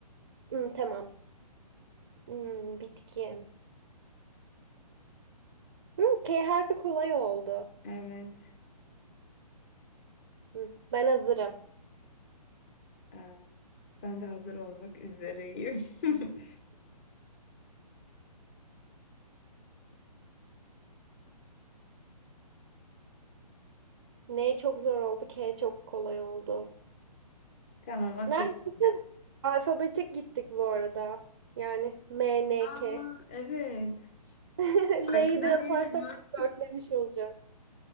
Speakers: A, on the right; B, on the left.
A: Hmm, tamam. Hmm, bitki. Hmm, K harfi kolay oldu.
B: Evet.
A: Hmm, ben hazırım.
B: Ee, ben de hazır olmak üzereyim. <laughs>
A: N çok zor oldu, K çok kolay oldu.
B: Tamam
A: Neredeyse
B: okey. şimdi.
A: alfabetik gittik bu arada. Yani M N
B: Aa,
A: K.
B: evet. Hiç
A: <laughs>
B: Farkında
A: L'yi de yaparsak
B: değilim ha.
A: dörtlemiş olacağız.